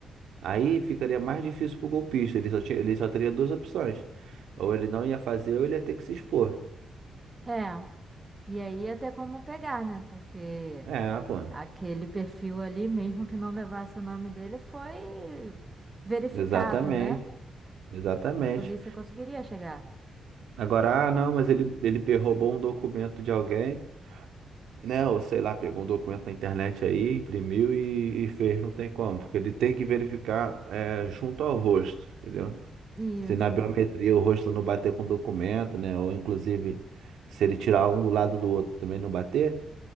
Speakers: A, on the right; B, on the right.
A: Aí ficaria mais difícil pro golpista. Ele só tinha, ele só teria duas opções. Ou ele não ia fazer, ou ele ia ter que se expor.
B: É. E aí até como pegar, né? Porque.
A: É, pô.
B: Aquele perfil ali, mesmo que não levasse o nome dele, foi verificado,
A: Exatamente.
B: né?
A: Exatamente.
B: A polícia conseguiria chegar.
A: Agora, ah, não, mas ele, ele pe- roubou um documento de alguém, né? Ou sei lá, pegou um documento na internet aí, imprimiu e, e fez. Não tem como, porque ele tem que verificar é, junto ao rosto, entendeu?
B: Isso.
A: Se na biometria o rosto não bater com o documento, né? Ou inclusive, se ele tirar um do lado do outro também não bater.